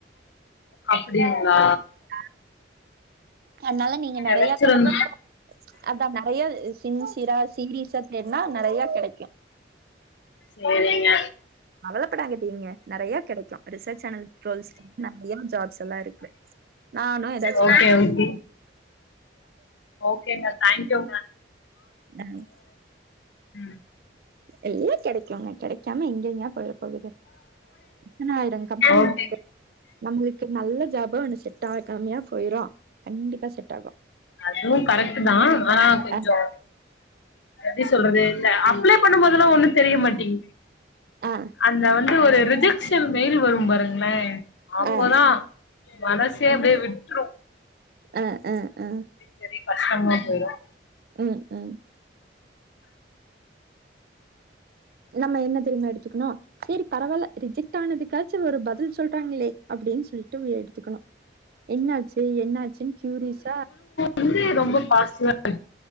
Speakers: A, on the left; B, on the right.
A: அப்டிங்ளா
B: அ அன்னால நீங்க
A: கெடச்சிருந்
B: நெறைய தடவ அதா நறைய சின்சிரா சீரீசா தேட்னா நறைய கடைக்கு
A: சேரிங்க
B: கவலப்படாதீங்க நறைய கிடைக்கு ரிசர்ச் சேனல் <unintelligible> நிறைய ஜாப்ஸ் எல்லா இருக்கு நானு ஏதாச்சு
A: ஓகே
B: பாத்தா
A: ஓகே ஓகேங்க தங்க்யூங்க
B: ம்
A: ம்
B: எல்லா கெடைக்குங்க கெடைக்காம எங்கங்க போய்ட போகுது எத்தனாயிரம் கம்பெனி
A: ஓகே
B: இருக்கு உங்களுக்கு நல்ல ஜாபா ஒண்ணு செட் ஆகாமயா போய்ரு கண்டிப்பா செட் ஆகு
A: அதுவு கரெக்ட்டு தா ஆனா கொஞ்சோ
B: அ
A: எப்டி சொல்றது இந்த அப்ளை பண்ணும் போதெல்லா ஒண்ணு தெரிய மாட்டீங்குது
B: ஆ
A: அந்த வந்து ஒரு ரிஜெக்ஷன் மெய்ல் வரும் பாருங்களே அப்போதா
B: ஆ
A: மனசே அப்டியே விட்ரு
B: அ அ அ
A: சரி கஷ்டமா போய்ரு
B: ம் ம் நம்ம என்ன தெரியுமா எடுத்துக்கணு சேரி பரவால்ல ரிஜெக்ட் ஆனதுக்காச்சு ஒரு பதில் சொல்றாங்ளே அப்டின் சொல் ட்டு எடுத்துக்கணு என்னாச்சு என்னாச்சுன் க்யூரீஸ்ஸா
A: வந்து ரொம்ப பாசிட்டிவா இருக்